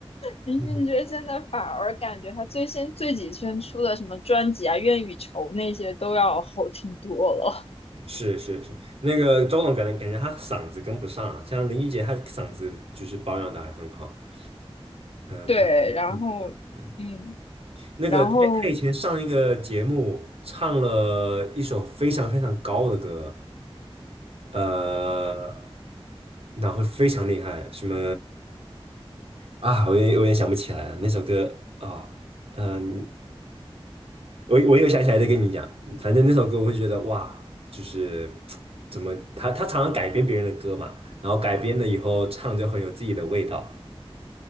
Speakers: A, on the left (about 75°); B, on the right (about 70°).
A: 林俊杰现在反而感觉他最新最几圈出的什么专辑啊，
B: 嗯
A: 《愿与愁》那些都要好听多了。
B: 是是是，那个周董感觉感觉他嗓子跟不上啊，像林俊杰他嗓子就是保养的还很好。
A: <laughs>
B: 嗯，
A: 对，
B: 他唱歌
A: 然后嗯。
B: 那个他他以前上一个节目唱了一首非常非常高的歌，
A: 然后
B: 呃，然后非常厉害，什么啊，我有点我有点想不起来了，那首歌啊，嗯、我我有想起来再跟你讲，反正那首歌我会觉得哇，就是怎么他他常常改编别人的歌嘛，然后改编了以后唱就很有自己的味道，